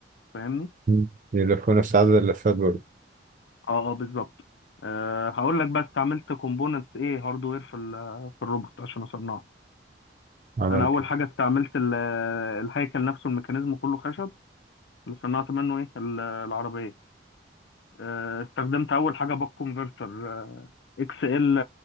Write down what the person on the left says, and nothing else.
فاهمني؟
اه اه بالظبط أه هقول لك بس استعملت كومبوننتس ايه هاردوير في ال- في الروبوت عشان اصنعه
انا اول حاجه استعملت ال- الهيكل نفسه الميكانيزم كله خشب اللي صنعت منه ايه ال- العربيه أه استخدمت اول حاجه باك كونفرتر اكس ال